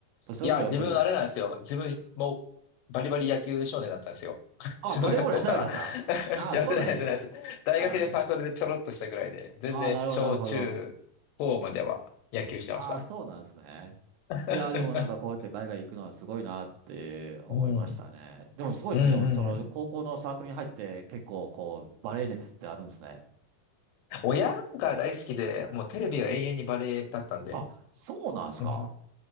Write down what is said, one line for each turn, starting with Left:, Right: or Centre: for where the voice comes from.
Right: そういう意味ではやっぱり、
Left: いや、自分あれなんですよ。自分もバリバリ野球少年だったんですよ。<laughs>
Right: あ、
Left: 小学校から
Right: バレーボールやってなかったですかああ、
Left: <laughs> やってないです、
Right: そうなんですね。
Left: やってないです。大学でサークルでちょろっとしたぐらいで、
Right: あ
Left: 全然小中高までは野球してました。
Right: あ、ああ、なるほど、なるほど。ああ、そうなんですね。
Left: <laughs>
Right: いやー、でもなんかこうやって海外行くのはすごいなって思いましたね。
Left: うん。
Right: でもすごいですね。
Left: うんうんうん
Right: でもその高校のサークルに入ってて結構こうバレエ熱ってあるんですね。
Left: 親が大好きで、もうテレビは永遠にバレエだったんで、
Right: あ、そうなんですか。
Left: うん